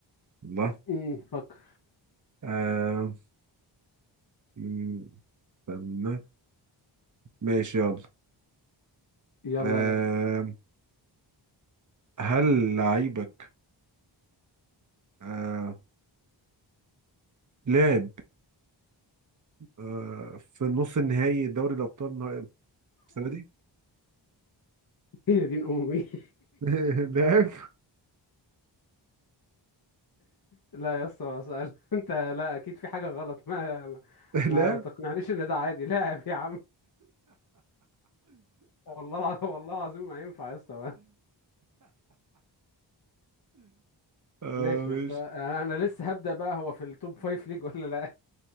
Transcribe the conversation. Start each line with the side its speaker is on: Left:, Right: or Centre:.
Right: والله
Left: امم فكر
Right: آه... م- استنى ماشي يلا
Left: يلا
Right: آه...
Left: يا باشا
Right: هل لعيبك آه... لعب آه... في نص النهائي دوري الأبطال النها- السنة دي؟
Left: <laughs> هي دين امي <laughs>
Right: <laughs> لعب
Left: لا يا اسطى سأل <laughs> انت لا اكيد في حاجه غلط ما ما, ما
Right: لعب
Left: تقنعنيش ان ده عادي <laughs> لاعب يا عم والله الع- <laughs> والله العظيم ما ينفع يا اسطى بقى.
Right: آه...
Left: ماشي
Right: ماشي
Left: يا اسطى آه، انا لسه هبدأ بقى هو في التوب فايف ليج ولا لا